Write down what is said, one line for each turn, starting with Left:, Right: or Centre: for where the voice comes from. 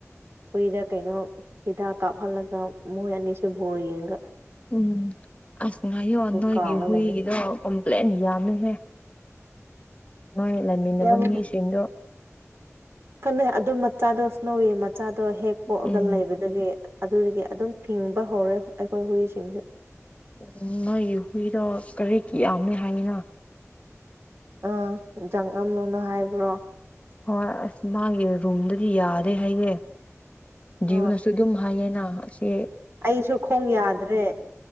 Right: ꯍꯨꯏꯗ ꯀꯩꯅꯣ ꯍꯤꯗꯥꯛ ꯀꯥꯞꯍꯜꯂꯒ ꯃꯣꯏ ꯑꯅꯤꯁꯨ ꯕꯣꯔ ꯌꯦꯡꯒ
Left: ꯎꯝ ꯑꯁ ꯉꯥꯏꯌꯣ ꯅꯣꯏꯒꯤ
Right: ꯀꯥꯎꯔꯒ
Left: ꯍꯨꯏꯒꯤꯗꯣ
Right: ꯂꯩꯌꯦ
Left: ꯄ꯭ꯂꯦꯟ ꯌꯥꯝꯃꯤꯉꯦ ꯃꯣꯏ ꯂꯩꯃꯤꯟꯅꯕ
Right: ꯌꯥꯝ
Left: ꯃꯤꯁꯤꯡꯗꯣ
Right: ꯀꯟꯅꯣ ꯑꯗꯨꯝ ꯃꯆꯥꯗꯣꯁꯨ ꯅꯧꯋꯤ ꯃꯆꯥꯗꯣ ꯍꯦꯛ ꯄꯣꯛꯑꯒ
Left: ꯎꯝ
Right: ꯂꯩꯕꯗꯒꯤ ꯑꯗꯨꯗꯒꯤ ꯑꯗꯨꯝ ꯐꯤꯡꯕ ꯍꯧꯔꯦ ꯑꯩꯈꯣꯏ ꯍꯨꯏꯁꯤꯡꯁꯦ
Left: ꯎ ꯅꯣꯏꯒꯤ ꯍꯨꯏꯗꯣ ꯀꯔꯤ ꯌꯥꯝꯅꯤ ꯍꯥꯏꯅꯤꯅ
Right: ꯑꯥ ꯆꯪꯉꯝꯂꯣꯅ ꯍꯥꯏꯕ꯭ꯔꯣ
Left: ꯍꯣꯏ ꯑꯁ ꯃꯥꯒꯤ ꯔꯨꯝꯗꯗꯤ ꯌꯥꯗꯦ ꯍꯥꯏꯌꯦ
Right: ꯍꯣꯏ
Left: ꯗꯤꯌꯨꯅꯁꯨ ꯑꯗꯨꯝ ꯍꯥꯏꯌꯦꯅ ꯁꯤ
Right: ꯑꯩꯁꯨ ꯈꯣꯡ ꯌꯥꯗ꯭ꯔꯦ